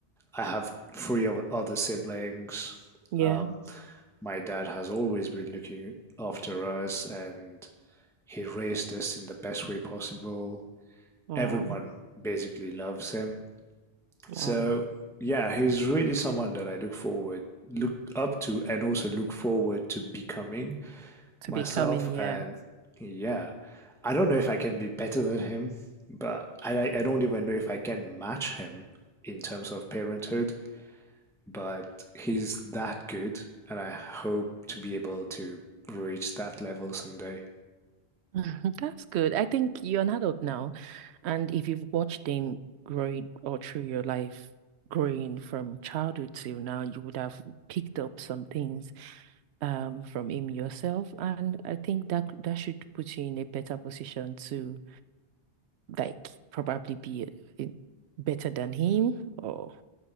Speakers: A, in the centre; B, on the right (about 85°).
A: I have three o- other siblings.
B: yeah.
A: Um, my dad has always been looking after us and he raised us in the best way possible.
B: Oh,
A: Everyone basically loves him. So
B: oh,
A: yeah, he's really someone that I look forward, look up to, and also look forward to becoming
B: to
A: myself.
B: becoming yeah.
A: And yeah, I don't know if I can be better than him, but I, I don't even know if I can match him in terms of parenthood. But he's that good, and I hope to be able to reach that level someday.
B: <laughs> That's good. I think you're an adult now. And if you've watched them growing all through your life, growing from childhood till now, you would have picked up some things um from him yourself. And I think that that should put you in a better position to like probably be in- better than him or